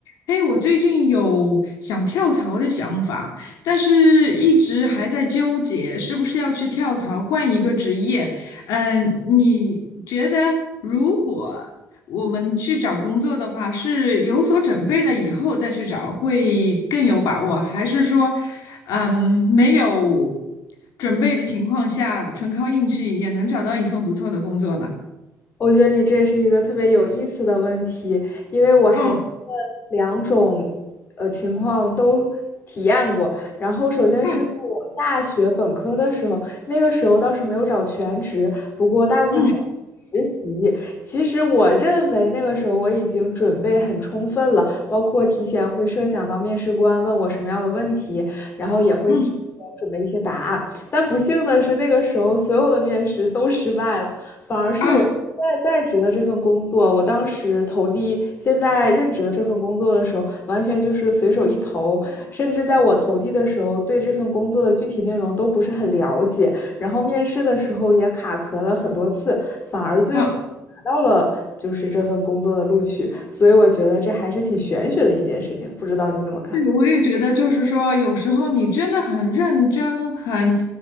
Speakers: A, on the left; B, on the left.
A: 哎，我最近有想跳槽的想法，但是一直还在纠结是不是要去跳槽换一个职业。嗯，你觉得如果我们去找工作的话，是有所准备了以后再去找会更有把握，还是说，嗯，没有准备的情况下，纯靠运气也能找到一份不错的工作呢？
B: 我觉得你这是一个特别有意思的问题，因为我还
A: 嗯
B: 两种呃情况都体验过。然后首先是在我大学本科的时候，
A: 嗯
B: 那个时候倒是没有找全职，不过大部分找
A: 嗯
B: 实习。其实我认为那个时候我已经准备很充分了，包括提前会设想到面试官问我什么样的问题，然后也会提前准备一些答案。
A: 嗯
B: 但不幸的是，那个时候所有的面试都失败了。反而是我现在在职的这份工作，
A: 啊。
B: 我当时投递现在任职的这份工作的时候，完全就是随手一投，甚至在我投递的时候，对这份工作的具体内容都不是很了解，然后面试的时候也卡壳了很多次，反而最后
A: 嗯
B: 拿到了就是这份工作的录取，所以我觉得这还是挺玄学的一件事情，不知道你怎么看？
A: 对，我也觉得，就是说，有时候你真的很认真、很